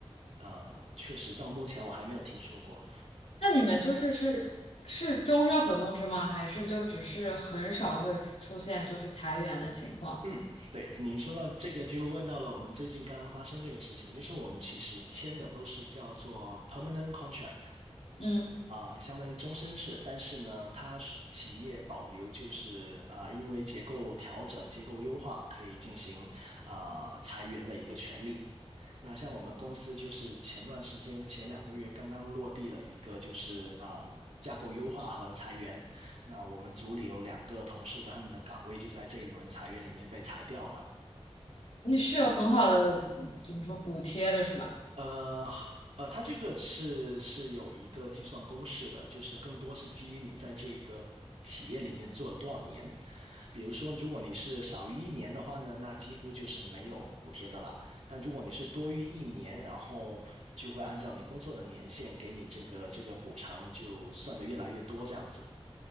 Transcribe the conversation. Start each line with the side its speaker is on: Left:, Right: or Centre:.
Right: 呃，确实到目前我还没有听说过。
Left: 那你们就是是是终身合同制吗？还是就只是很少会出现就是裁员的情况？
Right: 嗯，对，你说到这个，就问到了我们最近刚刚发生这个事情，就是我们其实签的都是叫做 permanent contract。
Left: 嗯，
Right: 啊、相当于终身制，但是呢，它是企业保留就是啊、因为结构调整、结构优化，可以进行啊、裁员的一个权利。那像我们公司就是前段时间前两个月刚刚落地了一个就是啊、架构优化和裁员，那我们组里有两个同事的他们的岗位就在这一轮裁员里面被裁掉了。
Left: 你是有很好的嗯怎么说补贴的是吧？
Right: 呃呃，它这个是是有一个计算公式的，就是更多是基于你在这个企业里面做了多少年。比如说，如果你是少于一年的话呢，那几乎就是没有补贴的啦。但如果你是多于一年，然后就会按照你工作的年限给你这个这个补偿，就算的越来越多这样子。